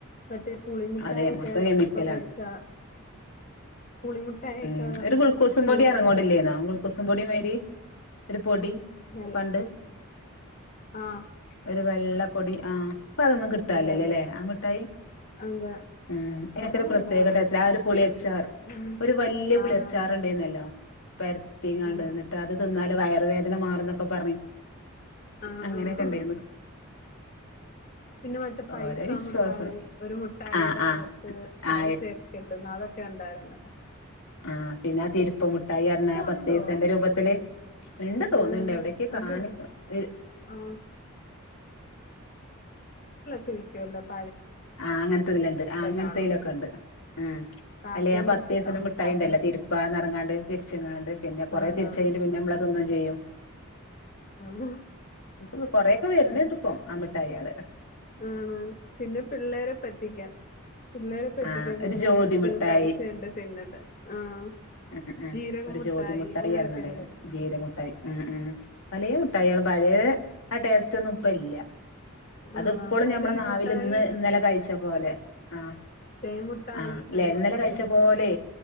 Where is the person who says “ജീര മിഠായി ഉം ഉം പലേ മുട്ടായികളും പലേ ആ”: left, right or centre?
Left